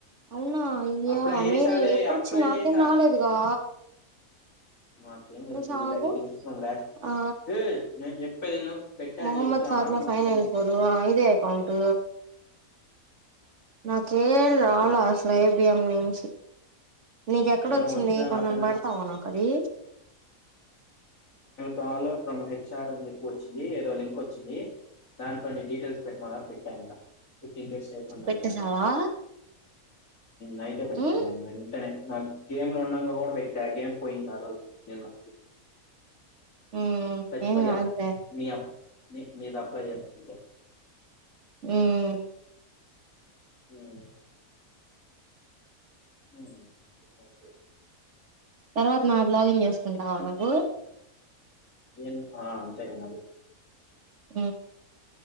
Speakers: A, on the right; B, on the left.
A: అవునా అయ్యా
B: అప్లై చేసాలే
A: మేల్ ఎప్పుడొచ్చింది
B: అప్లై
A: నాకేం
B: చేసా
A: రాలేదుగా
B: ఇది నాకేం తెలుసు
A: కొంచెం ఆగు
B: ఇది కాంగ్రాట్స్
A: ఆ
B: ఏయ్ నేను చెప్పేధి విను పెట్టనని
A: మొహమ్మద్
B: చెబుతున్నానా
A: ఫాతిమా
B: మూసుకున్నాను
A: ఫైవ్ నైన్ ఫోర్ ఆ ఇదే అకౌంట్ నాకేం రాలే
B: చెప్పు
A: అసలు ఐబిఏం నుంచి నీక ఎక్కడ
B: ఏమో
A: వచ్చింది
B: వచ్చినా
A: కొంచెం
B: రాపోయినా
A: పేడతావ నాకు అది
B: కాలో ఫ్రమ్ హెచ్ఆర్ అని చెప్పు వచ్చింది ఏదో లింక్ వచ్చింది దాంట్లో నీ డీటెయిల్స్ పెట్టిమన్నారు పెట్టా ఇంక ఇంటెస్ట్ స్టిపెండ్
A: పెట్టేసావా
B: అంట మరి నైట్ ఏ పెట్టాను
A: ఉమ్
B: వెంటనే గేమ్ లో ఉండంగా కూడా పెట్టా గేమ్ పోయింది ఆ రోజు ఏదో
A: ఉమ్
B: సచిపోయ
A: ఏం కాదులే
B: మీ నీది అప్లై చేస్తాంట
A: ఉమ్
B: ఉమ్ <inaudible>
A: తర్వాత నాది లాగిన్ చేసుకుంటావా నువ్వు
B: ఏన్ ఆ అంతేగా మరి
A: ఉమ్